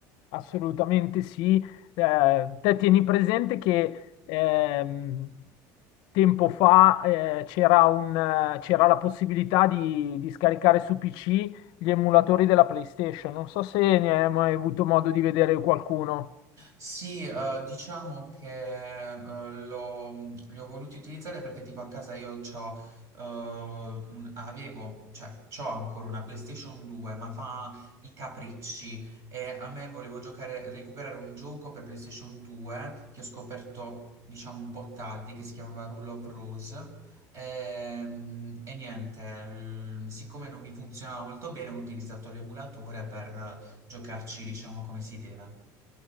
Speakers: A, on the left; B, on the right.
A: Assolutamente sì. Eh, te tieni presente che ehm, tempo fa eh, c'era un, eh, c'era la possibilità di, di scaricare su PC gli emulatori della PlayStation. Non so se ne hai mai avuto modo di vedere qualcuno.
B: Sì, eh, diciamo che eh, l'ho- li ho voluti utilizzare perché tipo a casa io c'ho, eh, un- avevo, cioè c'ho ancora una PlayStation 2, ma fa i capricci e a me volevo giocare, recuperare un gioco per PlayStation 2 che ho scoperto, diciamo, un po' tardi, che si chiamava Rule of Rose. Ehm, E, niente, l- siccome non mi funzionava molto bene, ho utilizzato l'emulatore per eh, giocarci, diciamo, come si deve.